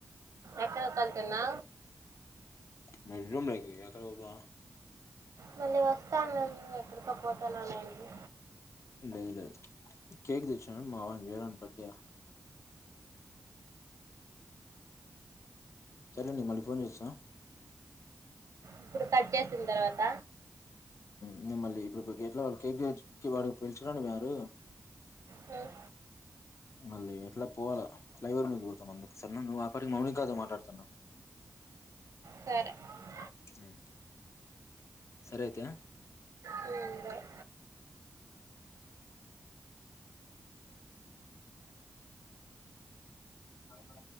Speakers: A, on the right; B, on the left.
A: ఎక్క కల్ సనా
B: బెడ్ రూమ్ లోకి ఎక్కడ పోతా
A: మళ్ళీ వస్తాను నే ఎక్కడికో పోతాను అంటివి
B: లేదు లేదు కేక్ తెచ్చన్ మా వాని వేరే వాని బర్త్డె సరే అండి మళ్ళీ ఫోన్ చేస్తా
A: ఇప్పుడు కట్చేసిన తర్వాత
B: నేను మళ్ళీ ఇప్పుడు కేట్లా వాళ్ళ కేక్ వాడికి పిలచకరానికి పోయారు.
A: హ్మ్.
B: మళ్ళీ ఎట్లా పోవాలా ఫ్లైఓర్ మీద పోతాన్నా అందుకు. సరేనా నువ్వు ఆపరికి మౌనిక తో మాట్లాడుతుండు.
A: సరే
B: ఉ సరే అయితె.
A: హ్మ్. బాయ్.
B: అవునా